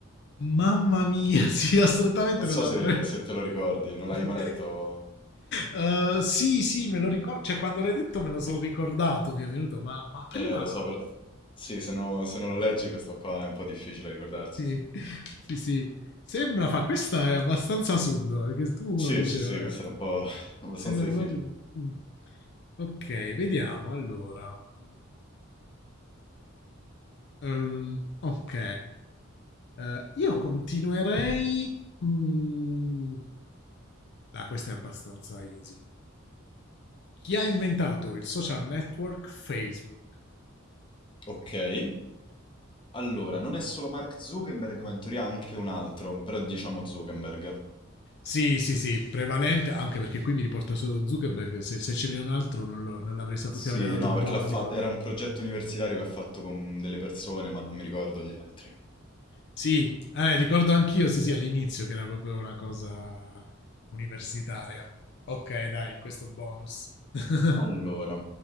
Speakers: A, on the left; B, on the left.
A: Mamma mia, <laughs> sì, assolutamente
B: Non so
A: non l'avrei.
B: se, se te lo ricordi, non l'hai
A: <laughs>
B: mai letto?
A: Eh, sì, sì, me lo ricordo. Cioè, quando l'hai detto me lo sono ricordato, mi è venuto, ma, ma prima...
B: Eh, lo so, però... Sì, se, no- se non lo leggi questo qua è un po' difficile ricordarsi.
A: Sì, sì, sì. Sembra, fa, questa è abbastanza subdola, perché tu
B: Sì,
A: uno dice,
B: sì, sì,
A: vabbè,
B: questo era un po' <laughs> abbastanza
A: sembra
B: difficile.
A: proprio... Mm. Ok, vediamo, allora. Mm. Ehm, ok, Eh, io continuerei. mm, Ah, questa è abbastanza easy. Chi ha inventato il social network Facebook?
B: Ok, allora, non è solo Mark Zuckerberg, ma in teoria anche un altro, però diciamo Zuckerberg.
A: Sì, sì, sì, prevalente, anche perché qui mi riporta solo Zuckerberg, se, se ce n'è un altro non, lo- non l'avrei saputo,
B: Sì,
A: ti avrei dato
B: no,
A: buono
B: perché l'ha fatto,
A: sicuro.
B: era un progetto universitario che ha fatto con delle persone, ma non mi ricordo gli altri.
A: Sì, eh, ricordo anch'io, sì, sì, all'inizio che era proprio una cosa universitaria. Ok, dai, questo bonus. <laughs>
B: Allora,